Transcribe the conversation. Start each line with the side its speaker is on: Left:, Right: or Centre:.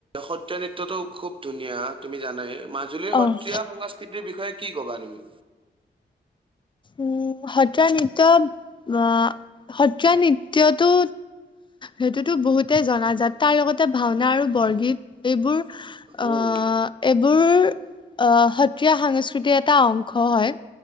Right: সত্ৰীয়া নৃত্যটো খুব ধুনীয়া তুমি জানাই ম মাজুলীৰ সত্ৰীয়া
Left: অ'।
Right: সংস্কৃতিৰ বিষয়ে কি ক'বা তুমি?
Left: উম সত্ৰীয়া নৃত্য সত্ৰ নৃত্যটো সেইটোতো বহুতে জনাজাত তাৰ লগতে ভাওনা আৰু বৰগীত এইবোৰ। অ'
Right: উম,
Left: এইবোৰ আহ সত্ৰীয়া সংস্কৃতিৰ এটা অংশ হয়